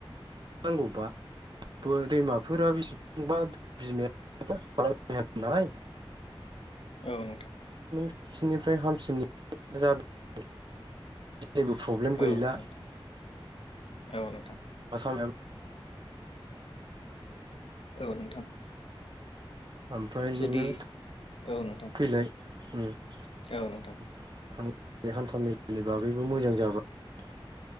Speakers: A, on the right; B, on the left.
A: नांगौबा ब दैमाफोरा बेसेबांबा बिमायाया <inaudible> नालाय
B: औ नोंथां।
A: ससिनिफ्राय हामसिननि जाबाय जेबो प्रब्लेम
B: औ
A: गैला
B: नोंथां औ नोंथां
A: आसामब
B: औ नोंथां
A: ओमफ्राय
B: जुदि
A: नोङो
B: औ नोंथां
A: फैनायाय
B: औ नोंथां
A: बे हान्था मेलानि बागैबो मोजां जाबाय ।